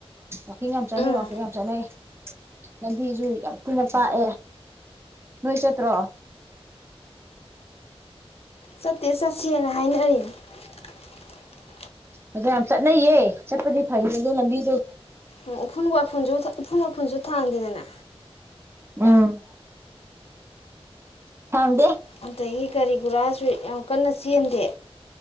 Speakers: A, on the right (about 25°); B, on the left (about 70°).
A: ꯋꯥꯛꯀꯤꯡ ꯌꯥꯝ ꯆꯠꯅꯩ
B: ꯎꯝ
A: ꯋꯥꯛꯀꯤꯡ ꯌꯥꯝ ꯆꯠꯅꯩ ꯂꯝꯕꯤꯁꯨ ꯌꯥꯝ ꯊꯤꯅ ꯄꯥꯛꯑꯦ ꯅꯣꯏ ꯆꯠꯇ꯭ꯔꯣ
B: ꯆꯠꯇꯦ ꯆꯠꯁꯦꯅ ꯍꯥꯏꯅꯔꯤꯅꯦ <inaudible>
A: ꯑꯗꯣ ꯌꯥꯝ ꯆꯠꯅꯩꯌꯦ ꯆꯠꯄꯗꯤ ꯐꯩꯌꯦ ꯑꯗꯣ ꯂꯝꯕꯤ
B: ꯎ ꯎꯐꯨꯨꯁꯨ ꯎꯐꯨ ꯃꯥꯐꯨꯟꯁꯨ ꯊꯥꯡꯗꯦꯗꯅ
A: ꯎꯝ ꯊꯪꯗꯦ
B: ꯑꯗꯒꯤ ꯒꯥꯔꯤ ꯒꯨꯔꯥꯁꯨ ꯌꯥꯝ ꯀꯟꯅ ꯆꯦꯟꯗꯦ